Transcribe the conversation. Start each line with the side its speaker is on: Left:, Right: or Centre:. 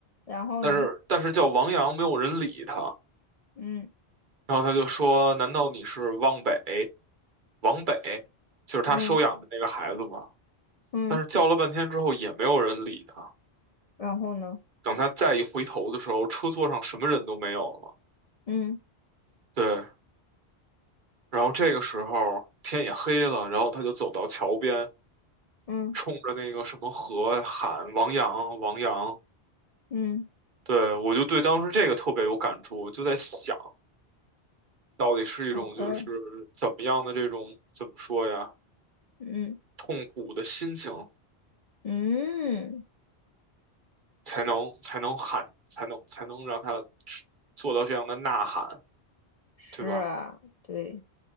Left: 然后呢？
Right: 但是但是叫王阳没有人理他，
Left: 嗯
Right: 然后他就说：“难道你是汪北？王北，就是他收养的那个孩子嘛？”
Left: 嗯嗯，
Right: 但是叫了半天之后也没有人理他，
Left: 然后呢？
Right: 等他再一回头的时候，车座上什么人都没有了。
Left: 嗯
Right: 对，然后这个时候天也黑了，然后他就走到桥边。
Left: 嗯
Right: 冲着那个什么河喊“王阳，王阳”，
Left: 嗯
Right: 对，我就对当时这个特别有感触，我就在想，到底是一种就是怎么样的这种怎么说呀，
Left: ，OK，嗯
Right: 痛苦的心情
Left: 嗯。
Right: 才能才能喊，才能才能让他做到这样的呐喊，
Left: 是啊，
Right: 对吧？
Left: 对，